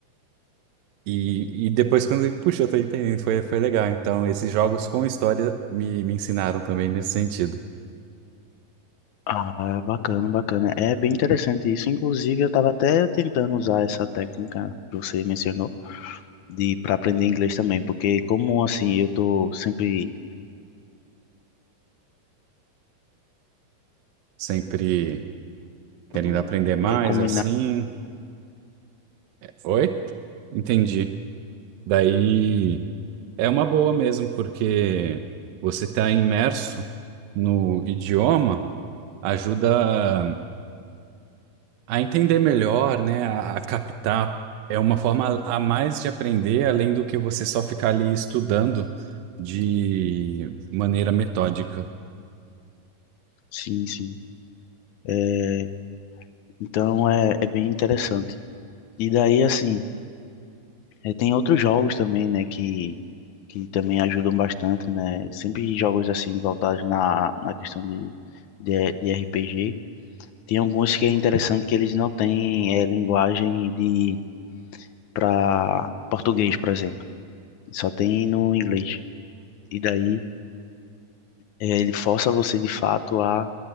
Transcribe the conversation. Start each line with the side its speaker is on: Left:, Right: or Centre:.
Right: E, e depois quando, eu- puxa, eu tô entendendo, foi, foi legal. Então, esses jogos com história me, me ensinaram também nesse sentido.
Left: Ah, bacana, bacana. É bem interessante isso. Inclusive, eu estava até tentando usar essa técnica que você mencionou de para aprender inglês também, porque como assim, eu tô sempre
Right: Sempre. querendo
Left: Como
Right: aprender mais,
Left: puder combinar.
Right: assim. É, Oi? Entendi. Daí é uma boa mesmo, porque você está imerso no idioma, ajuda a entender melhor, né? A, a captar. É uma forma a mais de aprender, além do que você só ficar ali estudando de maneira metódica.
Left: Sim, sim. É, então é, é bem interessante. E daí assim, é, tem outros jogos também, né, que que também ajudam bastante, né? Sempre jogos assim voltados na na questão de de, de RPG. Tem alguns que é interessante que eles não têm eh, linguagem de para português, por exemplo. Só tem no inglês. E daí eh, ele força você de fato a,